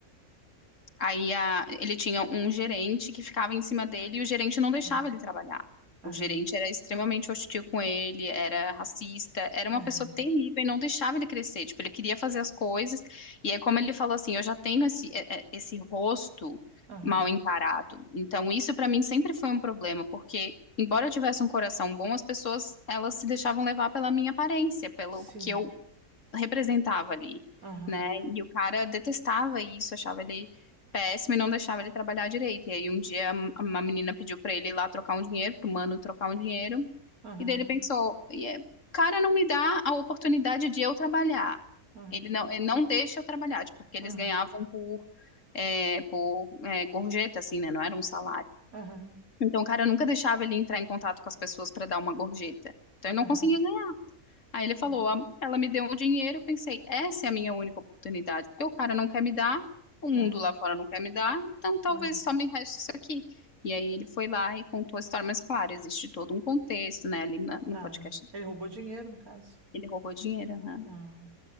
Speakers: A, on the left (about 55°); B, on the right (about 70°).
A: Aí a- ele tinha um gerente que ficava em cima dele e o gerente não deixava
B: aham,
A: ele trabalhar. O
B: aham,
A: gerente era extremamente hostil com ele, era racista, era uma
B: aham,
A: pessoa terrível e não deixava ele crescer. Tipo, ele queria fazer as coisas. E é como ele falou assim: eu já tenho esse, é- é- esse rosto
B: aham,
A: mal encarado. Então, isso pra mim sempre foi um problema, porque. Embora eu tivesse um coração bom, as pessoas elas se deixavam levar pela minha aparência, pelo
B: sim,
A: que eu representava ali,
B: aham,
A: né? E o cara detestava isso, achava ele péssimo e não deixava ele trabalhar direito. E aí um dia m- uma menina pediu pra ele ir lá trocar um dinheiro, pro mano trocar um dinheiro,
B: aham,
A: e daí ele pensou, "E é- o cara não me dá a oportunidade de eu trabalhar.
B: aham,
A: Ele não, ele não deixa eu trabalhar, tipo, porque eles
B: aham,
A: ganhavam por é, por é, gorjeta, assim, né? Não era um salário.
B: aham.
A: Então, o cara nunca deixava ele entrar em contato com as pessoas para dar uma gorjeta. Então, ele
B: aham.
A: não conseguia Aí ele falou,
B: Ah,
A: "A- ela me deu um dinheiro, eu pensei, essa é a minha única oportunidade, porque o cara não quer me dar, o mundo
B: ah,
A: lá fora não quer me dar, então talvez
B: ah,
A: só me reste isso aqui. E aí ele foi lá e contou a história, mas claro, existe todo um contexto, né, ali na- no
B: tá.
A: podcast. dele.
B: Ele roubou dinheiro, no caso.
A: Ele roubou dinheiro, aham.
B: Ah,